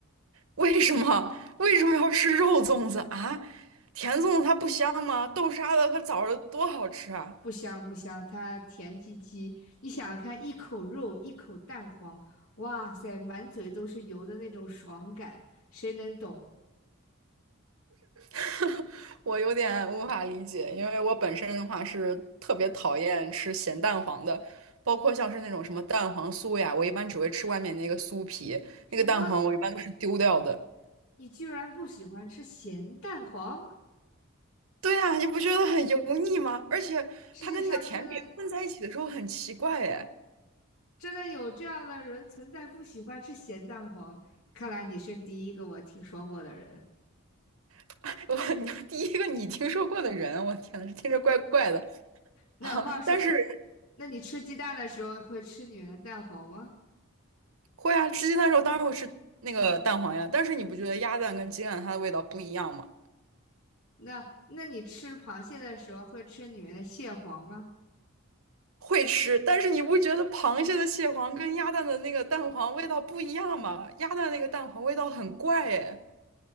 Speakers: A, on the right; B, on the left.
A: 为什么？为什么要吃肉粽子啊？甜粽子它不香吗？豆沙的和枣儿的多好吃啊！
B: 不香不香，它甜唧唧。你想想看，一口肉，一口蛋黄，哇塞，满嘴都是油的那种爽感，谁能懂？
A: <laughs> 我有点无法理解，因为我本身的话是特别讨厌吃咸蛋黄的，包括像是那种什么蛋黄酥呀，我一般只会吃外面那个酥皮，
B: 什么？
A: 那个蛋黄我一般都是丢掉的。
B: 你居然不喜欢吃咸蛋黄？
A: 对呀，你不觉得很油腻吗？而且它跟那个甜品混在一起的时候很奇怪哎，
B: 世界上真的真的有这样的人存在，不喜欢吃咸蛋黄？看来你是第一个我听说过的人。
A: <laughs> 我你第一个你听说过的人，我天呐，这听着怪怪的
B: 那话说，
A: 啊，<laughs> 但是
B: 那你吃鸡蛋的时候会吃里面的蛋黄吗？
A: 会啊，吃鸡蛋的时候当然会吃那个蛋黄呀，但是你不觉得鸭蛋跟鸡蛋它的味道不一样吗？
B: 那那你吃螃蟹的时候会吃里面的蟹黄吗？
A: 会吃，但是你不觉得螃蟹的蟹黄跟鸭蛋的那个蛋黄味道不一样吗？鸭蛋那个蛋黄味道很怪哎，